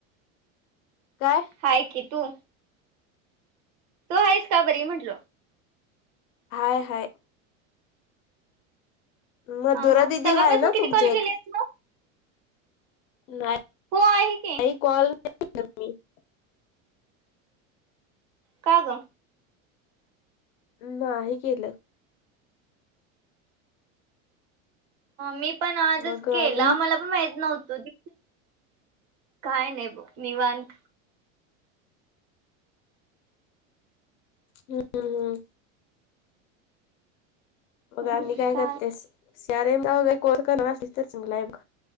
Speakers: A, on the left (about 70°); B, on the right (about 55°).
A: काय
B: हाय की तू. तू आहेस का बरी म्हंटलो.
A: हय हय. मधुरा
B: हा
A: दिदी
B: सकाळपासून
A: हा आहे ना
B: किती
A: तुमच्या
B: कॉल
A: एक.
B: केलेस मग
A: नाही
B: हो आहे की
A: नाही कॉल <unintelligible>
B: कागं.
A: नाही केलं.
B: मी पण आजच
A: मग
B: केला
A: आणि
B: मला पण माहित नव्हत. काय नाही निवांत.
A: हम्म हम्म हम्म. मग
B: हम्म,
A: आणि
B: हम्म,
A: काय
B: चाल
A: करतेस. म कोस्तचलाय प